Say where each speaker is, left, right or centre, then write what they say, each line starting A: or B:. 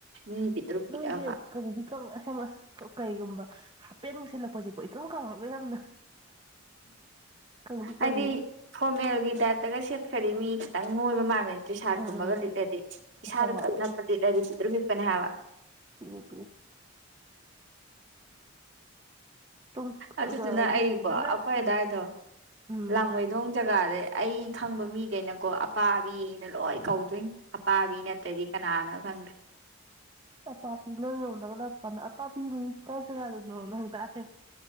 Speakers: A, on the right; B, on the right.
A: ꯃꯤ ꯄꯤꯛꯇ꯭ꯔꯨ
B: ꯅꯪꯖꯦ
A: ꯄꯤꯛꯑꯒ
B: ꯀꯪꯗꯤ ꯀꯪꯉꯦ ꯑꯁꯦꯡꯕ ꯑꯁ ꯀꯩꯒꯨꯝꯕ ꯍꯥꯄꯦꯟꯒ ꯁꯦꯠꯂꯛꯄꯖꯦꯀꯣ ꯏꯀꯪ ꯀꯪꯉꯒ ꯌꯥꯝꯅ ꯀꯪꯗꯤ ꯀꯪꯉꯦꯕ
A: ꯍꯥꯏꯗꯤ ꯐꯣꯔꯃꯦꯜꯒꯤ ꯇꯥꯏꯞꯇꯒ ꯁꯦꯠꯈ꯭ꯔꯗꯤ ꯃꯤ ꯈꯤꯇꯪꯪ ꯅꯣꯏꯕ ꯃꯥꯟꯕꯅꯦ ꯇ꯭ꯔꯤꯁꯥꯠ
B: ꯎꯝ
A: ꯀꯨꯝꯕꯒ
B: ꯎꯝ ꯎꯝ
A: ꯂꯤꯠꯂꯗꯤ ꯏꯁꯥꯗ
B: ꯍꯣꯏ
A: ꯇꯞꯅꯞꯄ ꯂꯤꯠꯂꯗꯤ ꯄꯤꯇ꯭ꯔꯨ ꯄꯤꯛꯄꯅꯦ ꯍꯥꯏꯕ
B: ꯄꯤꯑꯦ ꯄꯤꯑꯦ ꯇꯨꯡ
A: ꯑꯗꯨꯗꯨꯅ
B: ꯌꯦꯡꯕꯗꯅ
A: ꯑꯩꯀꯣ ꯑꯩꯈꯣꯏ ꯑꯗꯥꯏꯗꯣ
B: ꯎꯝ
A: ꯂꯥꯡꯃꯩꯗꯣꯡ ꯖꯒꯥꯗꯩ ꯑꯩ ꯈꯪꯕ ꯃꯤꯒꯩꯅꯀꯣ ꯑꯄꯥꯕꯤꯅ ꯂꯣꯏ ꯀꯧꯗꯣꯏꯅꯤ ꯑꯄꯥꯕꯤ ꯅꯠꯇ꯭ꯔꯗꯤ ꯀꯅꯥꯅꯣ ꯈꯪꯗ꯭ꯔꯦ
B: ꯄꯥꯄꯄꯤꯅ ꯌꯧꯗꯕꯅ ꯄꯥꯄꯤ ꯃꯌꯨꯝꯖꯦ ꯀꯗꯥꯏ ꯖꯒꯥꯗꯅꯣ ꯍꯪ ꯇꯥꯁꯦ <unintelligible>